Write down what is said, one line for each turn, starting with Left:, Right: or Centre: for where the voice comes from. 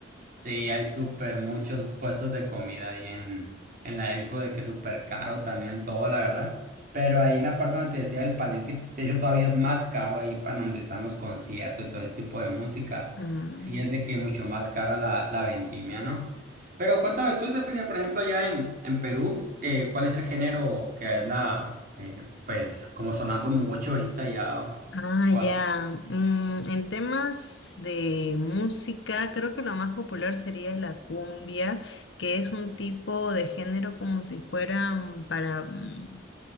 Right: Sí, hay súper muchos puestos de comida ahí en, en la expo, de que súper caro también todo, la verdad. Pero ahí en la parte donde te decía el palenque, de hecho todavía es más caro ahí para donde están los conciertos y todo ese tipo de música.
Left: Ah,
Right: Sí es de que mucho más cara la, la vendimia, ¿no? Pero cuéntame tú, Estefanía, por ejemplo, allá en, en Perú, eh, ¿cuál es el género que anda, eh, pues, como sonando mucho ahorita ya o
Left: ah,
Right: o así?
Left: ya. Mm, en temas de música, creo que lo más popular sería la cumbia, que es un tipo de género como si fuera mm, para, mm,